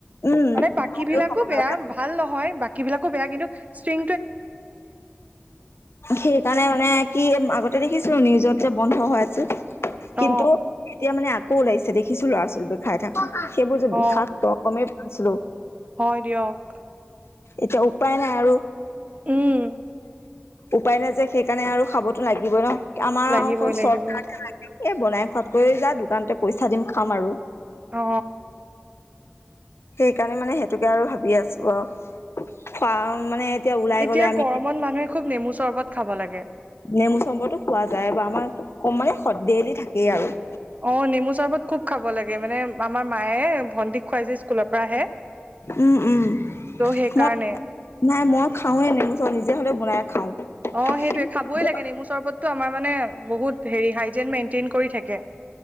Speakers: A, on the left; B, on the right.
A: উম
B: মানে বাকী
A: খাব
B: বিলাকো
A: নালাগে
B: বেয়া, ভাল নহয় বাকী বিলাকো বেয়া, কিন্তু ষ্টিং
A: সেইকাৰণে মানে কি আগতে দেখিছিলো নিউজত যে বন্ধ হৈ আছিল, কিন্তু
B: অ
A: এতিয়া মানে ক' ওলাইছে দেখিছো ল'ৰা-ছোৱালীবো খাই থকা, সেইবোৰ যে বিষাক্ত
B: অ
A: গমেই পাৱা নাছিলো।
B: হয় দিয়ক।
A: এতিয়া উপায় নাই আৰু।
B: উম
A: উপায় নাই যে সেইকাৰণে আৰু খাবতো লাগিব ন, আমাৰ
B: লাগিবই
A: আৰু
B: লাগিবই
A: চৰকাৰহে লাগে। এ বনাই খোৱাতকৈ যা দোকানতে পইচা দিম খাম আৰু।
B: অ
A: সেই কাৰণে মানে সেইটোকে আৰু ভাবি আছো অ, কাৰণ মানে এতিয়া ওলাই
B: এতিয়া
A: গলে আমি
B: গৰমত মানুহে খুব নেমু চৰবত খাব লাগে।
A: নেমু চৰবতো খোৱা যায়, বা আমাৰ কম মানে ডেইলি থাকেই আৰু।
B: অ, নেমু চৰবত খুব খাব লাগে। মানে আমাৰ মায়ে ভণ্টিক খুৱাই যে, স্কুলৰ পৰা আহে।
A: উম-উম,
B: ত' সেইকাৰণে
A: মই, নাই মই খাওঁৱে নেমু চৰবত নিজে হ'লেও বনাই। খাওঁ
B: অ, সেইটোৱে
A: কিন্তু
B: খাবই লাগে নেমু চৰবতো আমাৰ মানে বহুত হেৰি হাইজেন মেইনটেইন কৰি থাকে।